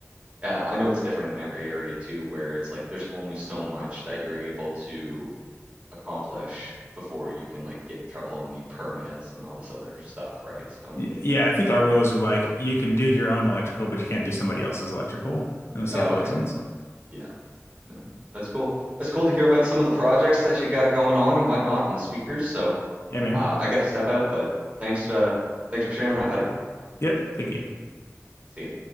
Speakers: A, on the right; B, on the left.
A: uh, I know it's different in every area too, where it's like there's only so much that you're able to accomplish before you can like get in trouble and need permits and all this other stuff, right? So,
B: Y- Yeah, I think our rules are like you can do your own electrical, but you can't do somebody else's electrical unless
A: oh,
B: you have a
A: okay.
B: license.
A: Yeah. No, that's cool. That's cool to hear about some of the projects that you got going on and whatnot and the speakers. So,
B: Yeah, man.
A: uh, I got to step out, but thanks, uh, thanks for sharing that, buddy.
B: Yep. Thank you.
A: See ya.